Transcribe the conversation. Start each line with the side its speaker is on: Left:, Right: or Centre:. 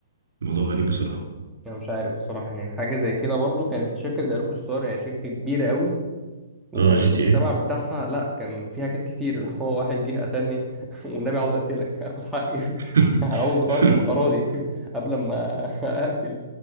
Right: الموضوع غريب بصراحه
Centre: انا مش عارف الصراحة يعني حاجة زي كده برضو كانت شركة زي روك ستار يعني شركة كبيرة قوي وكان
Right: اه جي
Centre: المجتمع
Right: تي ايه
Centre: بتاعها لا كان فيها حاجات كتير اللي هو واحد جه قتلني <laughs> والنبي عاوز اقتلك اخد حقي
Right: <laughs>
Centre: <laughs> عاوز ارض اراضي <laughs> قبل ما اقفل